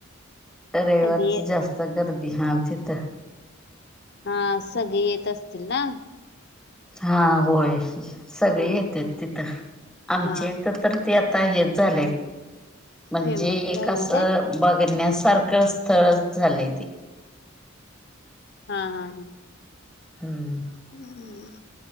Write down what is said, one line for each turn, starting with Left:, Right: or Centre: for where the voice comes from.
Centre: रविवारच
Left: सगळे
Centre: जास्त गर्दी हम तिथ
Left: हा सगळी येत असतील ना
Centre: हा होय सगळे
Left: हम्म
Centre: येतेत तिथं आमचे
Left: हा
Centre: ईथं तर ते आता हेच झालंय म्हणजे
Left: फेमस
Centre: एक
Left: झाले
Centre: असं
Left: काय
Centre: बघण्यासारखं स्थळच झालंय ते
Left: हा हा हा
Centre: हम्म
Left: हम्म